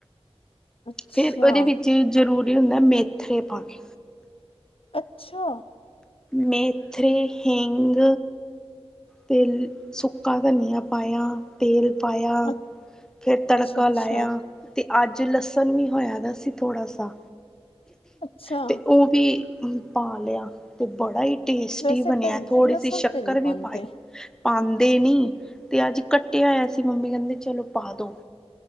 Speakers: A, on the left; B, in the centre.
A: ਅੱਛਾ,
B: ਫੇਰ ਉਹਦੇ ਵਿੱਚ ਜ਼ਰੂਰੀ। ਹੁੰਦਾ ਮੇਥੇ ਪਾਣੇ।
A: ਅੱਛਾ!
B: ਮੇਥਰੇ, ਹਿੰਗ ਤੇ ਸੁੱਕਾ ਧਨੀਆ ਪਾਇਆ, ਤੇਲ ਪਾਇਆ
A: ਅੱਛਾ,
B: ਫੇਰ ਤੜਕਾ
A: ਅੱਛਾ,
B: ਲਾਇਆ। ਤੇ ਅੱਜ ਲਸਣ ਵੀ ਹੋਇਆ ਦਾ ਸੀ ਥੋੜ੍ਹਾ ਸਾ।
A: ਅੱਛਾ।
B: ਤੇ ਉਹ ਵੀ ਪਾ ਲਿਆ ਤੇ ਬੜਾ ਹੀ ਟੇਸਟੀ
A: ਵੈਸੇ
B: ਬਣਿਆ,
A: ਭੈਣ
B: ਥੋੜੀ
A: ਜੀ ਲਸਣ
B: ਸੀ ਸ਼ੱਕਰ
A: ਤੇ ਨਹੀਂ
B: ਵੀ
A: ਪਾਉਂਦੇ
B: ਪਾਈ। ਪਾਉਦੇ ਨੀ, ਤੇ ਅੱਜ ਕੱਟਿਆ ਹੋਇਆ ਸੀ ਮੰਮੀ ਕਹਿੰਦੇ ਚਲੋ ਪਾ ਦੋ।